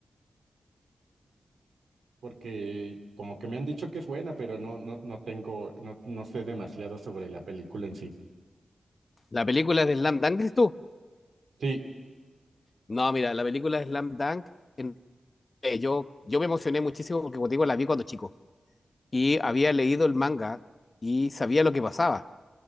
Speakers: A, on the right; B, on the left.
A: porque como que me han dicho que es buena, pero no, no, no tengo, no, no sé demasiado sobre la película en sí.
B: La película de Slam Dunk, dices tú,
A: Sí,
B: No, mira, la película Slam Dunk, en- eh, yo, yo me emocioné muchísimo porque, como te digo, la vi cuando chico y había leído el manga y sabía lo que pasaba.